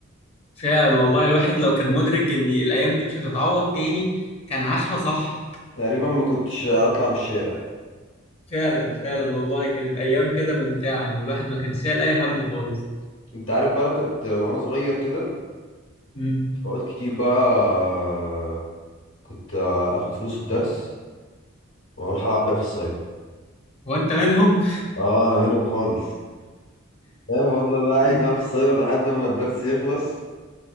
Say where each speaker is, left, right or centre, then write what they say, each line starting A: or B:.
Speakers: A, on the left (about 30°); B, on the left (about 80°).
A: فعلا والله الواحد لو كان مدرك ان الايام دي مش هتتعوض تاني كان عاشها صح
B: تقريبا ما كنتش اطلع من الشارع
A: فعلا فعلا والله كانت ايام كده ممتعه والواحد ما كانش شايل اي هم خالص
B: انت عارف بقى انا كنت وانا صغير كده
A: امم
B: في اوقات كتير بقى كنت اخد فلوس الدرس واروح العب بيها في السايبر
A: وانت منهم
B: اه انا منهم خالص فاهم افضل بقى قاعد
A: <laughs>
B: بقى في السايبر لحد ما الدرس يخلص